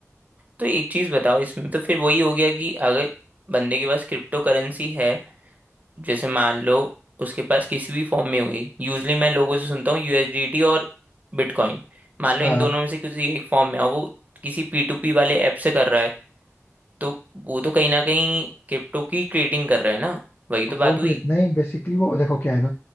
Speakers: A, on the right; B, on the left.
A: तो एक चीज बताओ इसमें तो फिर वही हो गया कि अगर बंदे के पास क्रिप्टो करेंसी है जैसे मान लो उसके पास किसी भी फॉर्म में हुई यूजली मैं लोगों से सुनता हूँ यूएसडीटी और बिटकॉइन मान लो
B: हाँ
A: इन दोनों में से किसी एक फॉर्म में है और वो किसी पी टू पी वाले ऐप से कर रहा है तो वो तो कहीं ना कहीं क्रिप्टो की ट्रेडिंग कर रहा है ना वही तो बात
B: वो
A: हुई
B: भी नहीं बेसिकली वो देखो क्या है ना